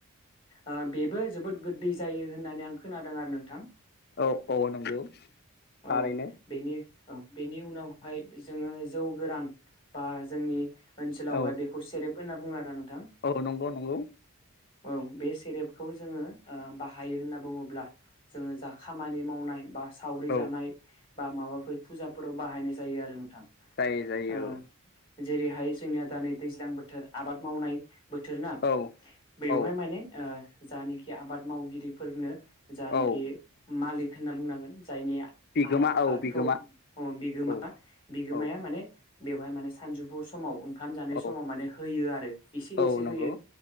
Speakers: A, on the left; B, on the left.
A: ओ बेबो जोबोद गोदै जायो होननानै आं खोनादों आरो नोंथां।
B: औ औ नंगौ थारैनो।
A: औ बेनि बेनि उनावहाय जोङो जौ गोरान बा जोंनि ओनसोलावहाय
B: औ
A: बेखौ सेरेब होनना बुङो आरोना नोंथां।
B: औ नंगौ नंगौ।
A: औ बे सेरेपखौ जोङो ओ बाहायो होनना बुङोब्ला जोङो जा खामानि मावनाय बा सावरि
B: औ
A: जानाय बा माबाफोर फुजाफोराव बाहायनाय जायो आरो नोंथां।
B: जायो जायो
A: ओ
B: औ।
A: जेरैहाय जोंनिया दा नै दैज्लां बोथोर आबाद मावनाय बोथोर ना
B: औ।
A: बेवहाय
B: औ
A: माने ओ‌ जानोखि आबाद मावगिरिफोरनो जानोखि
B: औ
A: मालिक होनना बुंनांगोन जायनि आ
B: बिगोमा औ
A: बादखौ
B: बिगोमा
A: अ बिगोमा
B: औ
A: बिगोमाया
B: औ
A: माने बेवहाय माने सानजौफु समाव ओंखाम जानाय
B: औ
A: समाव माने होयो आरो एसे
B: औ
A: एसे
B: नंगौ
A: होयो।